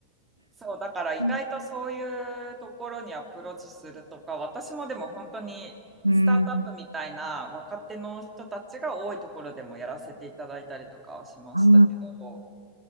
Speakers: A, on the right; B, on the right.
A: そう、だから意外とそういうところにアプローチするとか、
B: うん。
A: 私もでも本当にスタートアップみたいな若手の人たちが多いところでもやらせていただいたりとかはしましたけど、
B: うん。は